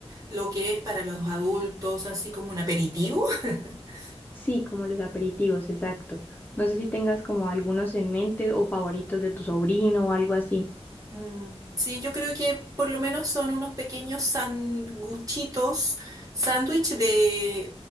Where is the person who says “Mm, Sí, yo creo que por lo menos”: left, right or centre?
Right